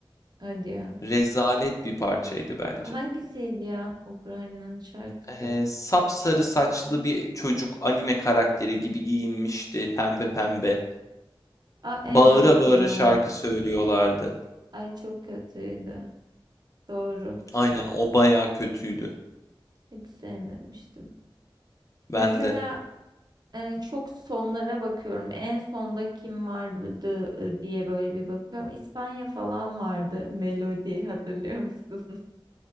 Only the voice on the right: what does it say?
Hadi ya.
Hangisiydi ya Ukrayna'nın şarkısı?
Aa evet
ya.
Ay çok kötüydü. Doğru.
Hiç sevmemiştim. Mesela
e, çok sonlara bakıyorum. En sonda kim vardı e, diye böyle bir bakıyorum. İspanya falan vardı. Melodi hatırlıyor musun?